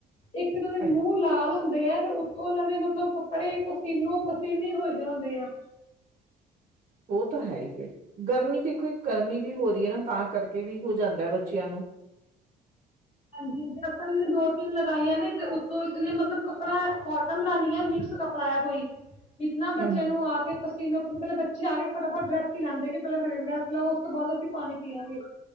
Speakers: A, on the left; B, on the right.
A: ਇੱਕ ਉਨਾਂਦੇ ਦੇ
B: ਹਾਂਜੀ,
A: ਮੂੰਹ ਲਾਲ ਹੁੰਦੇ ਐ, ਤੇ ਉਹਨਾਂ ਦੇ ਮਤਲਬ ਕੱਪੜੇ ਪਸੀਨੋ ਪਸੀਨ ਹੋਏ। ਹੁੰਦੇ ਆ।
B: ਉਹ ਤਾਂ ਹੈ ਹੀ ਫੇਰ ਗਰਮੀ ਦੇਖੋ ਗਰਮੀ ਵੀ ਹੋ ਰਹੀ ਹੈ ਨਾ ਤਾਂ ਕਰਕੇ ਵੀ ਹੋ ਜਾਂਦਾ ਹੈ ਬੱਚਿਆਂ ਨੂੰ
A: ਹਾਂਜੀ ਆਪਾਂ ਇਹ ਨੇ ਦੋ ਤਿੰਨ ਲਗਾਈਆਂ ਨੇ ਤੇ ਇਤੇ ਮਤਲਬ ਕੱਪੜਾ ਕਟਨ ਕਾ ਨਹੀਂ ਹੈ ਮਿਕਸ ਕਪੜਾ ਹੈ ਕੋਈ ਕਿਤਨਾ
B: ਹਮ
A: ਬੱਚਿਆਂ
B: ਹਮ
A: ਨੂੰ ਆ ਕੇ ਪਸੀਨੋ ਪਸੀਨ ਪਹਿਲੇ ਬੱਚੇ ਆ ਗੇ ਫਟਾਫਟ ਡਰੈਸ ਈ ਲੈਂਦੇ ਗੇ ਪਹਿਲੇ ਫਿਰ ਡਰੈਂਸ ਲਾਵੋ ਉਸ ਤੋਂ ਬਾਦ ਅਸੀਂ ਪਾਨੀ ਪੀਆ ਗੇ